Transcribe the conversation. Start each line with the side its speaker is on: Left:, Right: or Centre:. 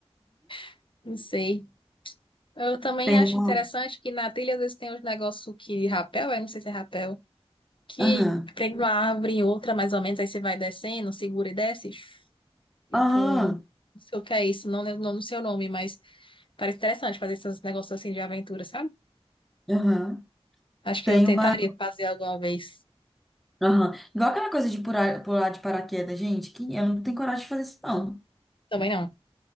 Left: <laughs> não sei. Eu também
Centre: tem
Left: acho
Centre: uma.
Left: interessante que na trilha às vezes tem uns negócios que rapel, é, não sei se é rapel, que
Centre: Aham.
Left: prende uma árvore em outra, mais ou menos, aí você vai descendo, segura e desce, tipo,
Centre: Aham.
Left: um- não sei o que é isso, não lembro o nome do seu nome, mas parece interessante fazer esses negócios assim de aventura, sabe?
Centre: Aham.
Left: Acho que
Centre: Tem
Left: eu tentaria
Centre: uma.
Left: fazer alguma vez.
Centre: Aham. Igual aquela coisa de pular, pular de paraquedas, gente, que eu não tenho coragem de fazer isso, não.
Left: Também não,